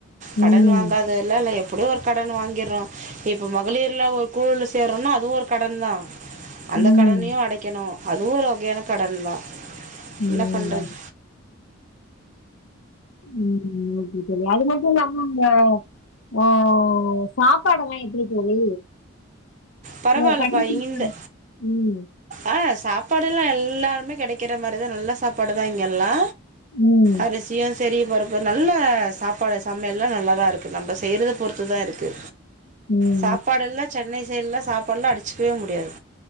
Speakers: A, on the right (about 35°); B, on the left (about 65°).
A: கடன்
B: ம்.
A: வாங்காத எல்லா இல்வ எப்படி ஒரு கடன் வாங்கிர்றோ இப்ப மகளிர்ல ஒரு குழுல சேர்றோம்னா அதுவோரு கடன் தா அந்த
B: ம்.
A: கடனையும் அடைக்கணு அதுவும் ஒர் வகையான கடன் தா
B: ம்.
A: இன்ன பண்றது
B: ம் ம் இது இது வேல மட்டு தா நம்ப ஆ சாப்பாடுலா எப்பிடி தோழி
A: பரவாயில்லப்பா
B: நா கட்டி குடுத்துடுவ
A: இந்த
B: ம்
A: ஆ சாப்பாடுலா எல்லாருமே கெடைக்கிற மாரிதா நல்லா சாப்பாடு தா இங்கெல்லா
B: ம். ம்.
A: அரிஸ் சியும் சரி பருப்பு நல்ல சாப்பாடு சமையல்லா நல்லா தா இருக்கு நம்ப செய்றத பொறுத்து தா இருக்கு
B: ம்
A: சாப்பாடுல்லா சென்னை சைட்லா சாப்பாட்லா அடிச்சக்கவே முடியாது